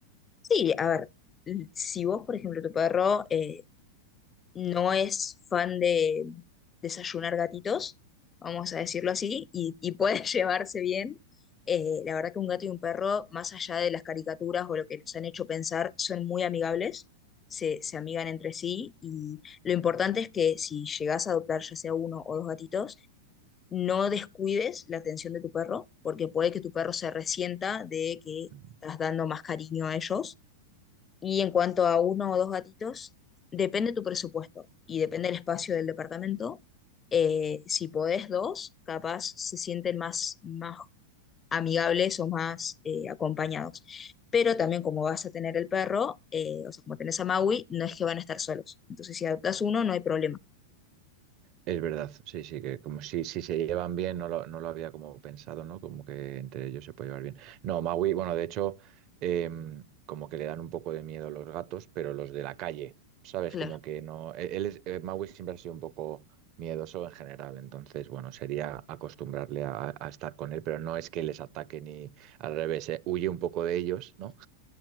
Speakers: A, on the left (about 20°); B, on the right (about 40°).
A: Sí, a ver, si vos, por ejemplo, tu perro... eh, no es fan de desayunar gatitos, vamos a decirlo así, y, y pueden <laughs> llevarse bien. Eh, la verdad que un gato y un perro, más allá de las caricaturas o lo que nos han hecho pensar, son muy amigables, se, se amigan entre sí y lo importante es que si llegas a adoptar ya sea uno o dos gatitos, no descuides la atención de tu perro, porque puede que tu perro se resienta de que
B: Ujú.
A: estás dando más cariño a ellos y en cuanto a uno o dos gatitos, depende tu presupuesto y depende el espacio del departamento. Eh, si podés dos, capaz se sienten más, más amigables o más eh, acompañados. Pero también como vas a tener el perro, eh, o sea, como tenés a Maui, no es que van a estar solos. Entonces, si adoptas uno, no hay problema.
B: Es verdad, sí, sí, que como si, si se llevan bien, no lo, no lo había como pensado, ¿no? Como que entre ellos se puede llevar bien. No, Maui, bueno, de hecho, em, como que le dan un poco de miedo los gatos, pero los de la calle, ¿sabes?
A: Claro.
B: Como que no. e- Él es- eh, Maui siempre ha sido un poco miedoso en general, entonces, bueno, sería acostumbrarle a, a estar con él, pero no es que les ataque ni al revés, eh, Huye un poco de ellos, ¿no?